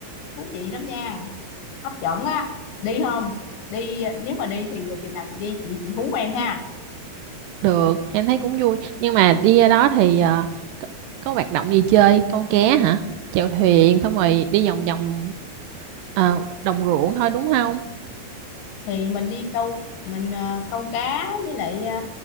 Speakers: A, on the left; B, on the right.
A: thú vị lắm nha hấp dẫn á đi không đi ờ, nếu mà đi thì chừng nào chị đi chị chị hú em ha
B: được, em thấy cũng vui. Nhưng mà đi ra đó thì ờ, có, có hoạt động gì chơi? Câu cá hả? Chèo thuyền xong rồi đi vòng vòng ờ, đồng ruộng thôi đúng không?
A: thì mình đi câu mình ờ, câu cá với lại ờ,